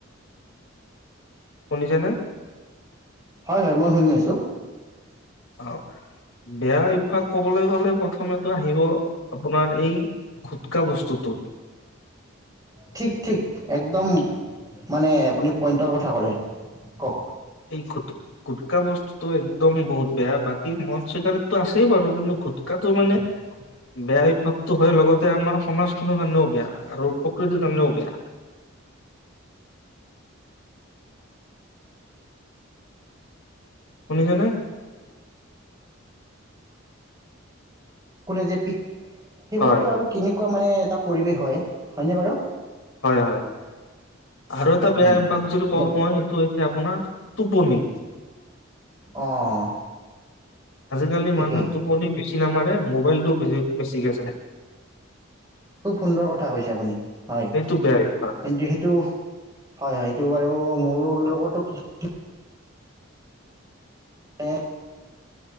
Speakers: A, on the left (about 75°); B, on the right (about 15°).
A: শুনিছানে?
B: হয় হয় মই শুনি আছোঁ।
A: অ বেয়া অভ্যয়াস ক'বলৈ গলে প্ৰথমে আহিব আপোনাৰ এই খুটকা বস্তুটো
B: ঠিক ঠিক একদম মানে আপুনি পইণ্টৰ কথা ক'লে, কওক।
A: এই গোট গোটকা বস্তুটো একদম বহুত বেয়া, বাকী মদ চিগাৰেতটো আছেই বাৰু কিন্তু গুটকাটো মানে বেয়া অভ্যাসটো হয় লগতে আমাৰ সমাজখনৰ কাৰণেও বেয়া আৰু প্ৰকৃতিৰ কাৰণেও বেয়া । শুনিছানে?
B: কোনে যে পিক সেইবোৰতো
A: হয়,
B: আৰু কিনিব এনেকোৱা মানে এটা পৰিৱেশ হয়, হয়নে বাৰু।
A: হয় হয় আৰু এটা বেয়া
B: উম,
A: অভ্যাস যদি কওঁ
B: দিয়ক
A: মই সেইটো হৈছে আপোনাৰ টোপনি।
B: অঁ
A: আজি-কালি
B: ঠিকেই
A: মানুহৰ টোপনি বেছি। তিন নম্বৰে মোবাইলটো বেছিকৈ চায় ।
B: খুব সুন্দৰ কথা কৈছে আপুনি। হয়
A: সেইটো বেয়া অভ্যাস
B: যিহেতু হয় হয়, এইটো বাৰু মোৰ লগতো কিছু এ